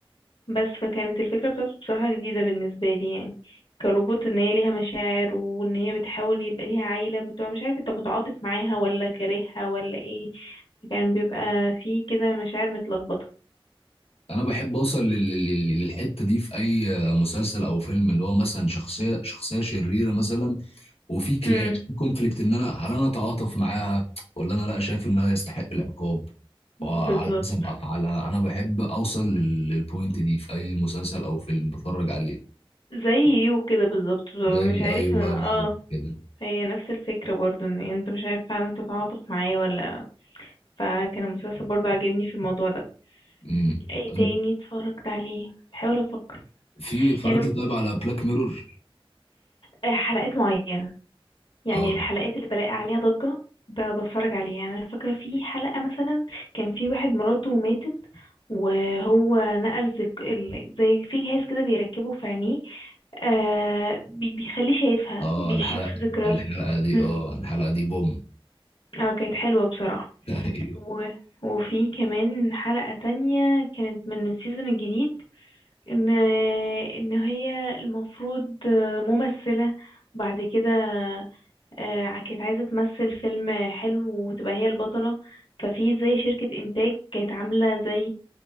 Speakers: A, on the left; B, on the left.
A: بس فكانت الفكرة بتاعته بصراحة جديدة بالنسبة لي يعني كروبوت ان هي ليها مشاعر وان هي بتحاول يبقى ليها عيلة بتبقى مش عارف انت متعاطف معاها ولا كارهها ولا ايه فكان بيبقى فيه كده مشاعر متلخبطة
B: انا بحب اوصل لل- لل- للحته دي في اي مسلسل او فيلم اللي هو مثلا شخصيه شخصيه شريره مثلا وفي كلاش
A: امم
B: في كونفليكت ان انا هل انا اتعاطف معاها ولا انا لا شايف انها يستحق العقاب
A: بالظبط
B: وعلى حسب افعالها انا بحب اوصل لل- للبوينت دي في اي مسلسل او فيلم بتفرج عليه
A: زي يو كده بالظبط
B: زي
A: مش عارف
B: ايوه
A: اه
B: بالظبط كده
A: هي نفس الفكرة برضو ان انت مش عارف فعلا تتعاطف معاه ولا فكان المسلسل برضو عاجبني في الموضوع ده
B: امم
A: ايه تاني اتفرجت عليه بحاول افكر
B: في اتفرجت
A: يعني
B: طيب على بلاك ميرور
A: آه، حلقات معينة يعني
B: اه
A: الحلقات اللي بلاقي عليها ضجة ب- بتفرج عليها يعني أنا فاكرة في حلقة مثلا كان في واحد مراته ماتت وهو نقل زك... ال- زي في جهاز كده بيركبه في عينيه آه بي- بيخليه شايفها
B: اه
A: بيشوف
B: الحلقه
A: ذكرياته
B: الحلقه دي
A: مم.
B: اه الحلقه دي بوم
A: اه كانت حلوة بصراحة
B: <laughs>
A: و... وفي كمان حلقة تانية كانت من السيزون الجديد ان ان هي المفروض ممثلة بعد كده آه، كانت عايزة تمثل فيلم حلو وتبقى هي البطلة ففي زي شركة إنتاج كانت عاملة زي